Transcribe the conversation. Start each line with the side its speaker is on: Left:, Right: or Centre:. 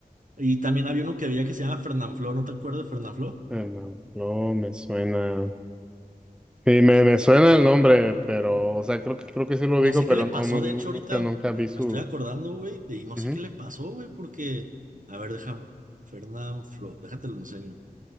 Right: Y también había uno que había que se llama Fernanfloo, ¿no te acuerdas de Fernanfloo?
Centre: Ah, no, no me suena. Sí, me, me suena el nombre, pero, o sea, creo que creo que sí lo
Right: No
Centre: ubico,
Right: sé
Centre: pero
Right: qué le
Centre: no,
Right: pasó,
Centre: no, no,
Right: de hecho
Centre: nunca,
Right: ahorita
Centre: nunca
Right: me,
Centre: vi sus.
Right: me estoy acordando, güey, de- y no
Centre: Ujú,
Right: sé qué le pasó, güey, porque, a ver, deja, Fernán Flo, déjate lo enseño.